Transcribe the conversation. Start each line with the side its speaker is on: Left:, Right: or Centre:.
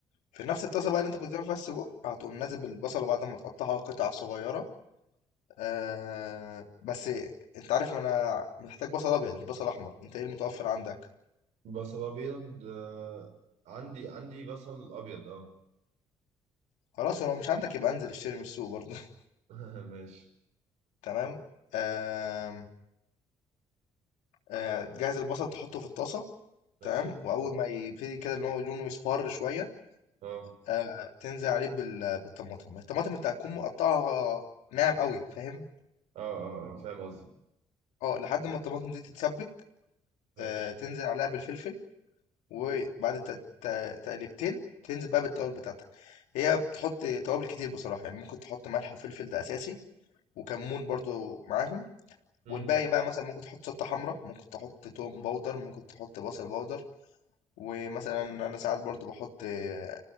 Left: في نفس الطاسه بقى اللي انت كنت بتعمل فيها السجق هتقوم نازل بالبصله بعد ما تقطعها قطع صغيره آه بس انت عارف انا محتاج بصل ابيض مش بصل احمر انت ايه المتوفر عندك
Right: بصل ابيض آه، عندي عندي بصل ابيض اه
Left: خلاص ولو مش عندك يبقى انزل اشتري من السوق برضه <laughs>
Right: <laughs> ماشي
Left: تمام آه آه جهز البصل تحطه في الطاسه
Right: ماشي
Left: تمام واول ما يبتدي كده ان هو لونه يصفر شويه
Right: اه
Left: آه تنزل عليه بال- بالطماطم الطماطم انت هتكون مقطعها ناعم قوي فاهم
Right: اه اه, آه. فاهم قصدي
Left: اه لحد ما الطماطم دي تتسبك
Right: ماشي
Left: آه، تنزل عليها بالفلفل وبعد الت- الت- تقليبتين تنزل بقى بالتوابل بتاعتك هي بتحط توابل كتير بصراحة يعني ممكن تحط ملح وفلفل ده أساسي وكمون برضو معاهم
Right: امم
Left: والباقي بقى مثلا ممكن تحط شطة حمراء ممكن تحط توم باودر ممكن تحط بصل باودر ومثلا أنا ساعات برضو بحط آه،